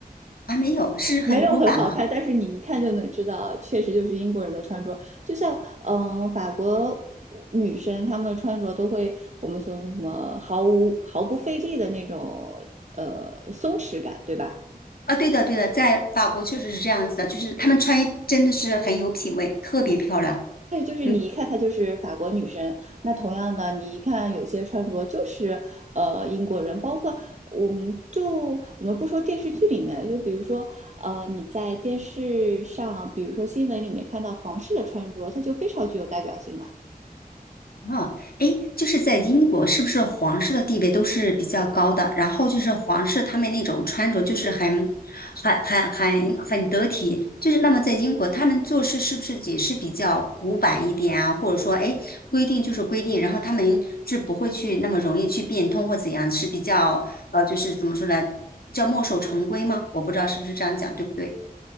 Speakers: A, on the left (about 70°); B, on the right (about 45°).
A: 啊，没有，是很古板吗？
B: 没有很好看，但是你一看就能知道，确实就是英国人的穿着。就像嗯，呃法国女生她们穿着都会我们说是什么毫无毫不费力的那种呃松弛感，对吧？
A: 啊，对的，对的，在法国确实是这样子的，就是他们穿衣真的是很有品味，特别漂亮。
B: 对，就是你一看她就是法国女生，
A: 嗯。
B: 那同样的，你一看有些穿着就是呃英国人，包括我们就我们不说电视剧里面，就比如说呃你在电视上，比如说新闻里面看到皇室的穿着，它就非常具有代表性了。
A: 嗯，诶，就是在英国，是不是皇室的地位都是比较高的？然后就是皇室他们那种穿着，就是很、很、很、很、很得体。就是那么在英国，他们做事是不是也是比较古板一点啊？或者说，诶，规定就是规定，然后他们是不会去那么容易去变通或怎样，是比较呃，就是怎么说呢，叫墨守成规吗？我不知道是不是这样讲，对不对？